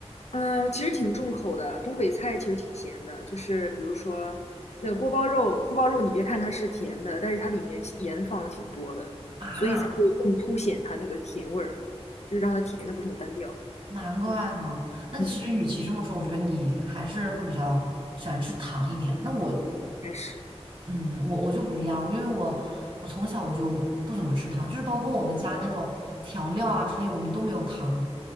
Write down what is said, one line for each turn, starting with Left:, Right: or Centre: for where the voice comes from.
Left: 嗯，其实挺重口的，东北菜其实挺咸的，就是比如说那个锅包肉，锅包肉你别看它是甜的，但是它里面盐放的挺多的，
Right: 啊，
Left: 所以才会更凸显它那个甜味儿，就让它甜的不是很单调。
Right: 难怪呢。
Left: 嗯
Right: 那其实与其这么说，
Left: 嗯，
Right: 我觉得你还是会比较喜欢吃糖一点。那我，
Left: 应该是
Right: 嗯，我我就不一样，因为我我从小我就不怎么吃糖，就是包括我们家那种调料啊之类，我们都没有糖。